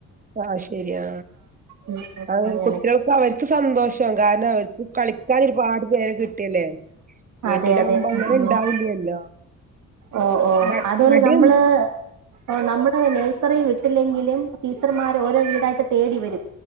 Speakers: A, on the right; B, on the right.
A: ആ ശരിയാ
B: ഉം ഉം
A: അ
B: അങ്ങനെ
A: <unintelligible> കുട്ടികൾക്ക് അവർക്ക് സന്തോഷം കാരണം അവർക്ക് കളിക്കാൻ ഒരുപാട് പേരെ കിട്ടില്ലേ വീട്ടിലാവുമ്പോ
B: അതെ അതെ
A: അങ്ങനെ
B: ഉം
A: ഇണ്ടാവില്ലല്ലോ
B: ഉം ഓ ഓ
A: മ
B: അതുപോലെ
A: മടിയൊ
B: നമ്മള് ഓ നമ്മള് നേഴ്സ് റി വിട്ടില്ലെങ്കിലും ടീച്ചർമാർ ഓരോ വീടായിട്ട് തേടി വരും